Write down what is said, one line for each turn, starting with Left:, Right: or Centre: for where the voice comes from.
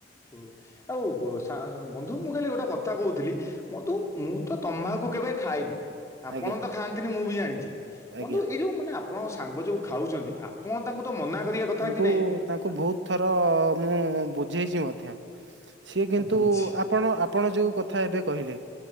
Left: ଓହୋ ଆଉ ସା ବନ୍ଧୁ ମୁଁ ଖାଲି ଗୋଟେ କଥା କହୁଥିଲି ବନ୍ଧୁ ମୁଁ ତ ତମାଖୁ କେବେ ଖାଇନି ଆପଣ
Right: ଆଜ୍ଞା
Left: ତ ଖାଆନ୍ତିନି ମୁଁ ବି ଜାଣିଛି।
Right: ଆଜ୍ଞା
Left: ବନ୍ଧୁ ଏଇ ଯୋଉ ମାନେ ଆ ଆପଣ ସାଙ୍ଗ ଯୋଉ ଖାଉଛନ୍ତି ଆପଣ ତାଙ୍କୁ ତ ମନା କରିବା କଥା
Right: ତାଙ୍କୁ
Left: କି ନାଇଁ।
Right: ତାଙ୍କୁ
Left: ନା
Right: ବହୁତ ଥର ମୁଁ ବୁଝେଇଛି ମଧ୍ୟ ସିଏ କିନ୍ତୁ
Left: ବୁଝି
Right: ଆପଣ ଆପଣ ଯୋଉ କଥା ଏବେ କହିଲେ